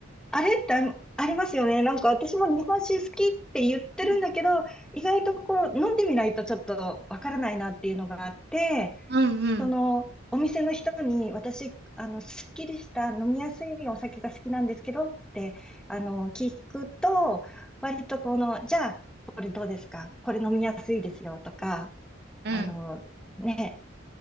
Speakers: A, in the centre; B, on the right.
A: あれってあのありますよね。なんか私も日本酒好きって言ってるんだけど、
B: うん
A: 意外とこう飲んでみないとちょっとわからないなっていうのがあって、
B: うんうん。
A: そのお店の人に私、あの、すっきりした飲みやすいお酒が好きなんですけどって、あの、聞くと、割とこの、じゃあ、これどうですかこれ飲みやすいですよとか、
B: うん
A: あの、ね、